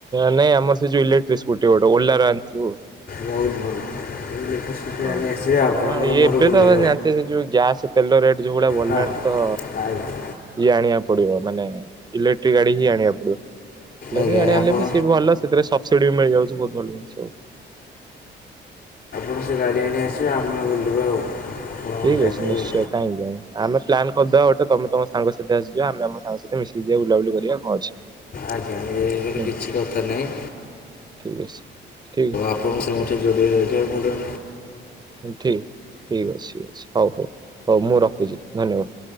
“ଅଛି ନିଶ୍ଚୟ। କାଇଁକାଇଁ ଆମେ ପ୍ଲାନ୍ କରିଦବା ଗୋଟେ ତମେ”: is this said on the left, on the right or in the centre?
Right